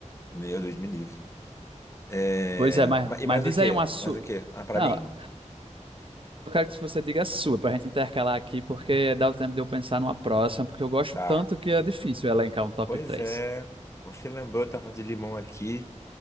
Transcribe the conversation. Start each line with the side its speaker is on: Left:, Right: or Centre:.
Left: Meu Deus, me livre. É,
Right: Pois é, mas,
Left: ma- E
Right: mas
Left: mais
Right: diz
Left: o quê?
Right: aí uma sua.
Left: Mais o quê? Ah, pra
Right: Não,
Left: mim?
Right: eu quero que você diga a sua, pra gente intercalar aqui, porque dá o tempo de eu pensar numa próxima, porque eu gosto
Left: Tá.
Right: tanto que é difícil elencar um top
Left: Pois
Right: três.
Left: é. Você lembrou, eu tava de limão aqui.